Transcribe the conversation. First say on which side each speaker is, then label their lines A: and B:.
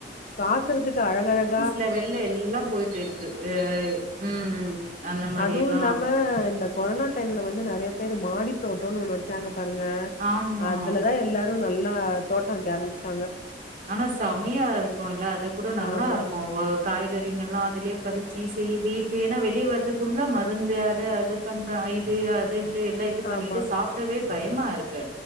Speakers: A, on the left; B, on the right.
A: பாக்குறத்துக்கு அழகழகு
B: ல வெள்ள எல்லா போயிட்டுருக்கு ஏய் ம் ம் அந்த மாரி
A: அதுவுல்லாம
B: எல்லா
A: இந்த கொரோனா டைம்ல வந்து நெறைய பேரு மாடி தோட்டன்னு ஒன்னு வச்சாங்க பாருங்க
B: ஆமா
A: அதுலதா எல்லாரு நல்லா தோட்டோ வைக்க ஆரம்ச்சிட்டாங்க
B: ஆனா செமையா இருக்குல்ல அதுகூட நல்லாருக்கு
A: ஆமா
B: ஒ காய்கறிங்கல்லா அதுலே பறிச்சி செய்தி இப்ப எனா வெளிய வறது ஃபுல்லா மருந்து அது அது பண்றான் இது அதுன் ட்டு எல்லா இது பண்ணிட்டு
A: ஆமா
B: சாப்டவே பயமாருக்கு